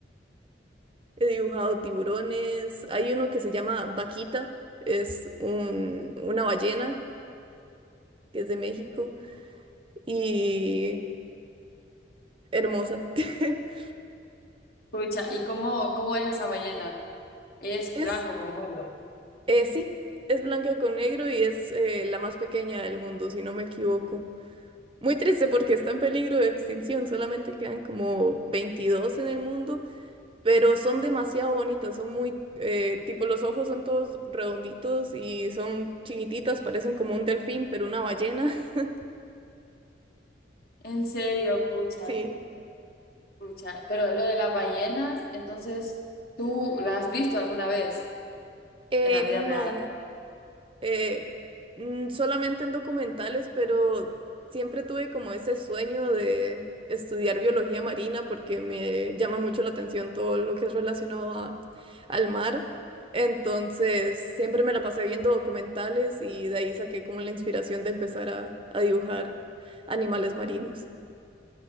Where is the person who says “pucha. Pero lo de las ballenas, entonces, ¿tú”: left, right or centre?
Left